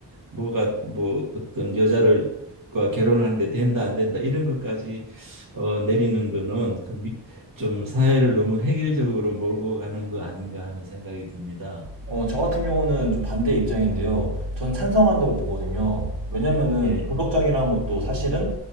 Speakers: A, on the right; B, on the right.
A: 뭐가 뭐 어떤 여자를 과 결혼하는데 된다 안 된다 이런 것까지 어 내리는 거는 그 미- 좀 사회를 너무 획일적으로 몰고 가는 거 아닌가 하는 생각이 듭니다.
B: 어, 저 같은 경우는 좀 반대 입장인데요. 전 찬성한다고 보거든요. 왜냐면은
A: 예,
B: 도덕적이라는 것도 사실은